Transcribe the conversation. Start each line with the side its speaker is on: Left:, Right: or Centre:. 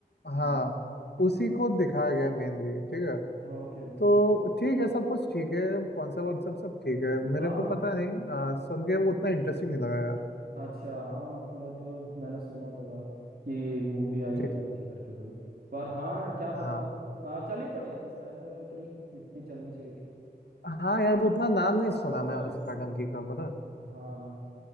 Left: हाँ
Right: हम्म हम्म,
Left: उसी को दिखाया गया मेनली ठीक है
Right: ओके ओके
Left: तो ठीक है सब कुछ ठीक है कॉन्सेप्ट वॉन्सेप्ट सब ठीक है मेरे
Right: हाँ
Left: को पता नहीं अ, सुन के उतना इंटरेस्टिंग नहीं लगा यार
Right: अच्छा हाँ मतलब मैंने सुना तो था कि मूवी आई
Left: जी
Right: है
Left: जी।
Right: डंकी करके कोई पर हाँ क्या
Left: हाँ
Right: पता आ, चली तो नहीं थी शायद उतनी जितनी चलनी चाहिए थी
Left: हाँ यार वो उतना नाम नहीं सुना
Right: बॉक्स
Left: मैं
Right: ऑफिस
Left: उसका
Right: में भी
Left: डंकी का पता है।
Right: हाँ हाँ